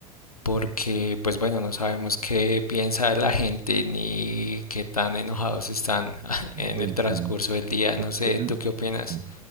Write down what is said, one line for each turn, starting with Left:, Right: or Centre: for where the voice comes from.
Left: porque pues bueno, no sabemos qué piensa la gente ni qué tan enojados están <laughs> en
Right: Uy,
Left: el transcurso
Right: sí,
Left: del día.
Right: podría.
Left: No sé, ¿tú qué opinas?
Right: sí.